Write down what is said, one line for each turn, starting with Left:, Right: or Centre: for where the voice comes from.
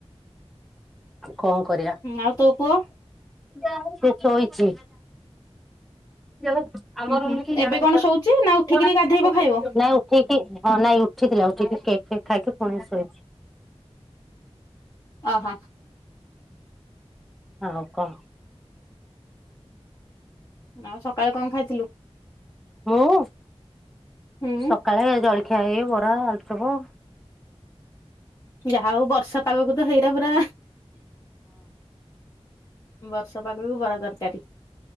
Centre: କଣ କରିବା?
Left: ଆଉ ତୋ ପୁଅ?
Centre: ସିଏ ଶୋଇଚି। ଆମ
Left: ଉୁଁ
Centre: ରୁମ୍
Left: ହୁଁ
Centre: ରେ କେହି
Left: ଏବେ
Centre: ନାହାନ୍ତି
Left: କଣ
Centre: <inaudible>
Left: ଶୋଉଛି ନା ଉଠିକିରି
Centre: ଠିକ୍
Left: ଗାଧେଇବ ଖାଇବ
Centre: କି, ନାଇଁ ଉଠିଥିଲା ଉଠିକି କେକ୍ ଫେକ୍ ଖାଇକି ଫୁଣି ଶୋଇଚି।
Left: ଅହ।
Centre: ଆଉ କହ।
Left: ଆଉ, ସକାଳେ କଣ ଖାଇଥିଲୁ?
Centre: ମୁଁ,
Left: ହୁଁ
Centre: ସକାଳେ ଜଳଖିଆ ଏଇ ବରା, ଆଲୁଚପ
Left: ଯାହା ହଉ ବର୍ଷା ପାଗକୁ ତ ହେଇରା ପୁରା, ବର୍ଷା ହବାକୁ ବରା ତରକାରୀ